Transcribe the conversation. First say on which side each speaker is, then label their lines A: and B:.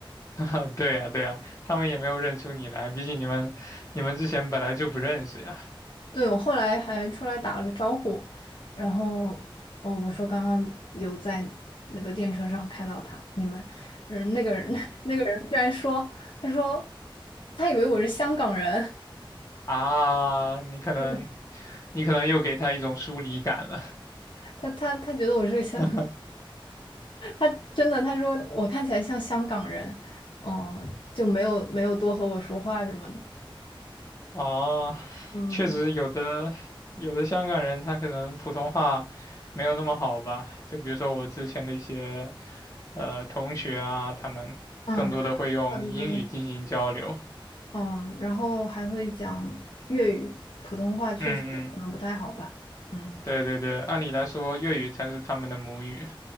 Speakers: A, on the left; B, on the left.
A: <laughs> 对呀，对呀，他们也没有认出你来，毕竟你们你们之前本来就不认识呀。
B: 对，我后来还出来打了个招呼，然后，哦，我说刚刚有在那个电车上看到他，你们，嗯，那个人 <laughs>，那个人居然说，他说他以为我是香港人，
A: 啊，你可能
B: <laughs> 对
A: 你可能又给他一种疏离感了。
B: 他他他觉得我是香，
A: <laughs>
B: <laughs> 他真的他说我看起来像香港人，哦、就没有没有多和我说话什么的，
A: 哦，
B: 嗯
A: 确实有的有的香港人他可能普通话没有那么好吧，就比如说我之前的一些呃同学啊，他们更多的会用英语进行交流。
B: 嗯，他们的嗯，然后还会讲粤语，普通话确实可能不太好吧，
A: 嗯嗯，
B: 嗯。
A: 对对对，按理来说粤语才是他们的母语。